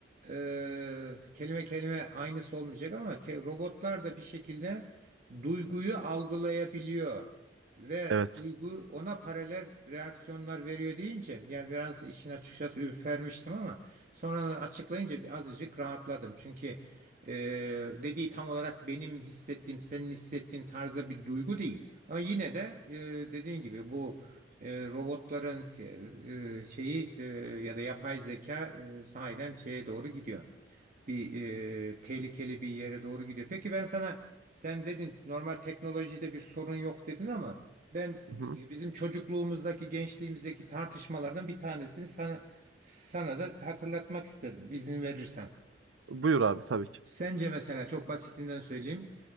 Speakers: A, on the right; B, on the right.
A: e, kelime kelime aynısı olmayacak ama ke- robotlar da bir şekilde duyguyu algılayabiliyor ve
B: Evet.
A: duygu ona paralel reaksiyonlar veriyor deyince yani biraz işin açıkçası ürpermiştim ama sonradan açıklayınca bir azıcık rahatladım. Çünkü e, dediği tam olarak benim hissettiğim, senin hissettiğin tarzda bir duygu değil. Ama yine de e, dediğin gibi bu e, robotların e, e, şeyi e, ya da yapay zeka e, sahiden şeye doğru gidiyor. Bir e, tehlikeli bir yere doğru gidiyor. Peki ben sana sen dedin normal teknolojide bir sorun yok dedin ama ben
B: Hı hı.
A: bizim çocukluğumuzdaki gençliğimizdeki tartışmalardan bir tanesini sana sana da hatırlatmak isterim izin verirsen.
B: Buyur abi tabii ki.
A: Sence mesela çok basitinden söyleyeyim.